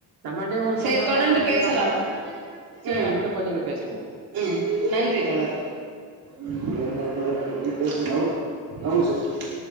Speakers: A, on the right; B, on the right.
A: நம்மாண்டயே ஒரு சொந்த
B: சேரி தொடர்ந்து
A: கட இருந்துதுன்னா
B: பேசலா
A: கூட செரி
B: ம்
A: அடுத்த பதிவ்ல பேசுவோ
B: ம் நன்றி தோழரே <unintelligible>